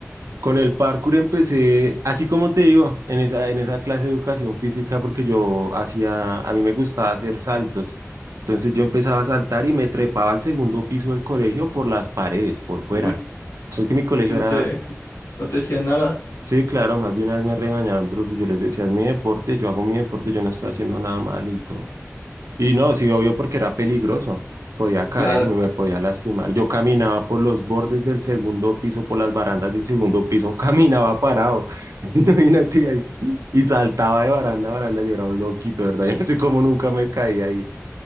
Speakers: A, on the right (about 75°); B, on the left (about 70°).
A: Con el parkour empecé, así como te digo, en esa, en esa clase de educación física, porque yo hacía, a mí me gustaba hacer saltos. Entonces yo empezaba a saltar y me trepaba al segundo piso del colegio por las paredes, por fuera.
B: Uy,
A: Sé que mi colegio
B: ¿y no
A: era,
B: te, no te decía nada?
A: sí, claro, más de una vez me regañaron, pero pues yo les decía, es mi deporte, yo hago mi deporte, yo no estoy haciendo nada malo y todo. Y no, sí, obvio, porque era peligroso. Podía caerme,
B: Claro.
A: me podía lastimar. Yo caminaba por los bordes del segundo piso, por las barandas del segundo piso, caminaba parado. <laughs> Imagínate ahí. Y saltaba de baranda a baranda. Yo era un loquito, de ¿verdad? <laughs> Yo no sé cómo nunca me caí ahí.